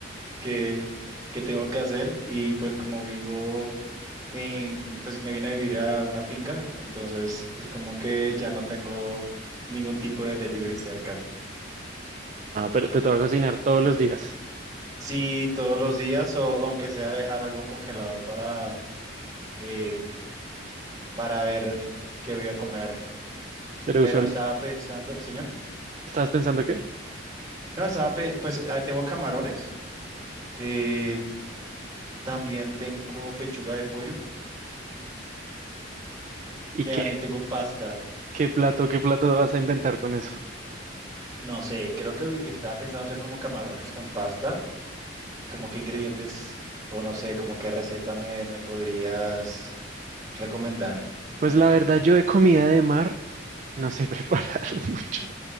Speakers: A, on the right; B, on the right.
A: qué, qué tengo que hacer. Y pues como vivo en, pues me vine a vivir a una finca, entonces es como que ya no tengo ningún tipo de delivery cerca.
B: Ah, pero te toca cocinar todos los días.
A: Sí, todos los días o aunque sea dejar algo congelado para, eh, para ver qué voy a comer.
B: Pero
A: Pero
B: usual,
A: estaba pensando, señor,
B: ¿estás pensando qué?
A: no, estaba, pe- pues ah, tengo camarones, eh, también tengo pechuga de pollo,
B: ¿Y
A: también
B: qué,
A: tengo pasta.
B: qué plato, qué plato vas a inventar con eso?
A: No sé, creo que estaba pensando hacer como camarones con pasta, como qué ingredientes o no sé, como qué receta me, me podrías recomendar.
B: Pues la verdad, yo de comida de mar no sé <laughs> preparar mucho.